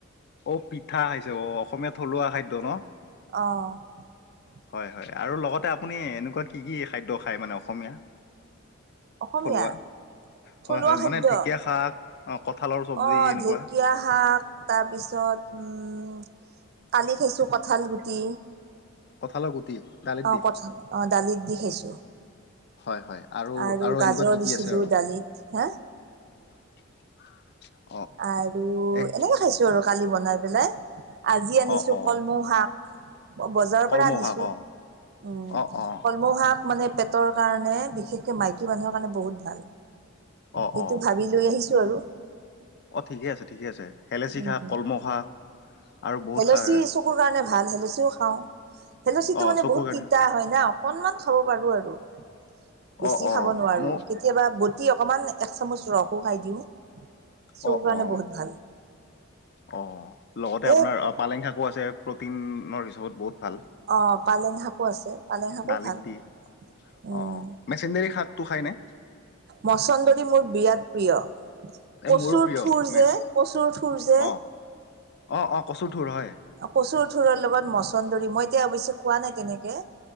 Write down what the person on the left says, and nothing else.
অ', পিঠা খাইছা। অ, অসমীয়াত থলুৱা খাদ্য ন?
হয়-হয়, আৰু লগতে আপুনি এনেকুৱা কি কি খাদ্য খায় মানে অসমীয়া?
থলুৱা
হয় হয়
মানে ঢেকীয়া শাক অ কঁঠালৰ চব্জি
এনেকুৱা
কঁঠালৰ গুটি দালিত
দি
হয় হয়
এনেকুৱা কি কি
আছে আৰু
<unintelligible>
এ
অ অ
কলমৌ
শাক অ
অ অ
অ
অ
অ', ঠিকেই আছে ঠিকে আছে, হলোচি
শাক, কলম শাক আৰু বহুত
শাক
অ
চকুৰ
কাৰণে
অ অ
মোৰ
অ-
অ-
আহ লগতে
আপোনাৰ পালেং শাকো আছে, প্ৰটিনৰ হিচাপত বহুত ভাল।
দালিত
দি।
অ', মেচিডৰী শাক টো খাইনে?
এই
মোৰো প্ৰিয়
মেচ
অ অ অ কচুৰ ঠোৰ হয়